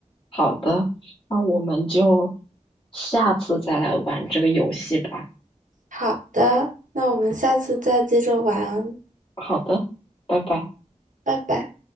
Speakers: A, on the left; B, on the right.
A: 好的，那我们就下次再来玩这个游戏吧。
B: 好的，那我们下次再接着玩，
A: 好的，拜拜。
B: 拜拜。